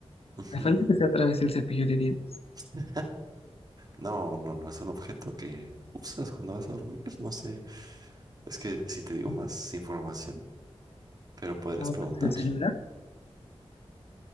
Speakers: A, on the right (about 40°); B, on the left (about 65°).
A: <laughs>
B: A falta que sea a través del cepillo de dientes.
A: Ujú. No, no, no es un objeto que usas cuando vas a dormir. No sé. Es que si te digo
B: No,
A: más información, pero podrías
B: Ah,
A: preguntar.
B: pues el celular,